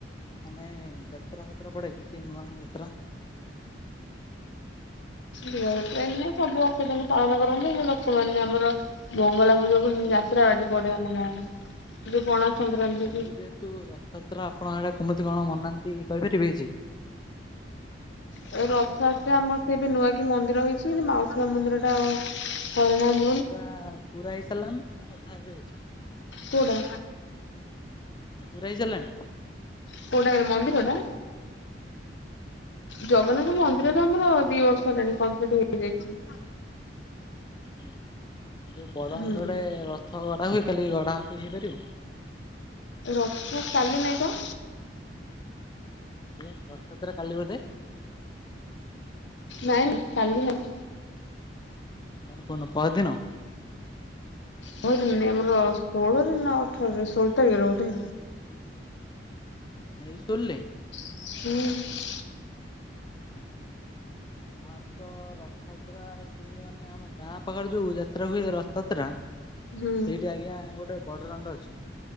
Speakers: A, on the left; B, on the left.
A: ମାନେ ଯାତ୍ରାଫାତ୍ରା ପଡେ କି କିଛି ନୂଆ ଯାତ୍ରା?
B: ଦିବାଯାତ୍ରା ଏ ସବୁ ଆଠଦିନି ପାଳନ କରନ୍ତି। ଏ ଲୋକମାନେ ଆମର ମଙ୍ଗଳା ପୂଜାକୁ ଯାତ୍ରାପାର୍ଟି ପଡେ ଆମ ଗାଁରେ। ଯୋଉ ପଣା ସଂକ୍ରାନ୍ତି
A: କାଲି
B: କି
A: ଯେହେତୁ ରଥଯାତ୍ରା ଆପଣ ଆଡ଼େ କେମିତି କଣ ମନାହାନ୍ତି କହିପାରିବି କିଛି?
B: ଏ ରଥଯାତ୍ରା ଆମର ସେ ଏବେ ନୂଆ କି ମନ୍ଦିର ହେଇଚି। ମାଉସୀ ମା ମନ୍ଦିର ଟା ଆଉ କରିନାହା --
A: ପୁରା ଗୁରା ହେଇସାରିଲା ନା ଅଧା ଏବେ ଅଛି?
B: କୋଉଟା?
A: ପୁରା ହେଇସାରିଲାଣି?
B: କୋଉଟା କିରେ ମନ୍ଦିର ଟା? ଜଗନ୍ନାଥ ମନ୍ଦିରରେ ଆମର ଦି ବର୍ଷ ହେଲାଣି କମ୍ପ୍ଲିଟ୍ ହୋଇଯାଇଚି।
A: ଆଜ୍ଞା, ଯେଉଁ ବଡ଼
B: ହୁଁ।
A: ଆନ୍ଧଡ଼େ ରଥ ଗଡ଼ା ହୁଏ କାଲି ଗଡ଼ା ବି ହେଇପାରିବ?
B: ରଥ କାଲି ନାଇଁ ତ?
A: ଆଜ୍ଞା ରଥଯାତ୍ରା କାଲି ବୋଧେ।
B: ନାଇଁ ନାଇଁ କାଲି ନାଇଁ।
A: ଆଉ କୋଉ ଦିନ ପରଦିନ?
B: କୋଉ ଦିନ ନାଇଁ ଆମର ଷୋଳରେ ନା ଅଠରରେ ଷୋହଳ ତାରିଖରେ ବୋଧେ।
A: ଏଇ ସ୍କୁଲରେ?
B: ହୁଁ
A: ଆଁ ଆମଆରେ ତ ରଥଯାତ୍ରା ତିନିମା ମାନେ ଆମ ଗାଁ ପାଖରେ ଯୋଉ ଯାତ୍ରା ହୁଏ। ରାସ୍ତା ଯାତ୍ରା।
B: ହୁଁ
A: ସେଇଠି ଆଜ୍ଞା ଗୋଟେ ବଡ ଦଣ୍ଡ ଅଛି।